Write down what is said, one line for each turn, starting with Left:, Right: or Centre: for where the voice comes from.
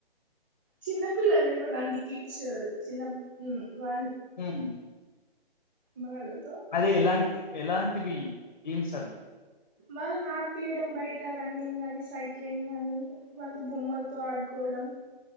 Centre: చిన్నా పిల్లలు తెల్వదండీ కిడ్స్ చిన్న వ
Left: మ్
Centre: బాళది
Left: అదే ఇలాంటి ఎలాంటివి గేమ్స్ అవి
Centre: వాళ్ళని ఆడిపియడం బయట రన్నింగ్ అని, సైక్లింగ్ అని, వాళ బొమ్మలతో ఆడుకోవడం